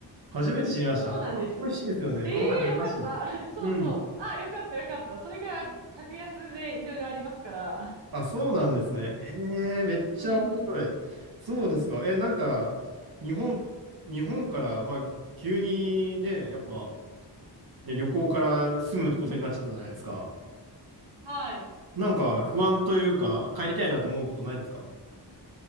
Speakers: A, on the right; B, on the right.
A: 初めて知りました。
B: そうなんです。
A: あ美味しいですよね。
B: ええよかった。
A: この前食べましたね。
B: <laughs> そうそう。
A: うん。
B: あ、よかった、よかった。それが格安でいろいろありますから。
A: あ、そうなんですね。へえ、めっちゃ面白い。
B: うんうん。
A: そうですか。え、なんか、日本、日本から、まあ、急にね、やっぱ、ね、旅行から住むことになっちゃったじゃないですか。
B: はい。
A: なんか、不安というか、帰りたいなって思うことないんですか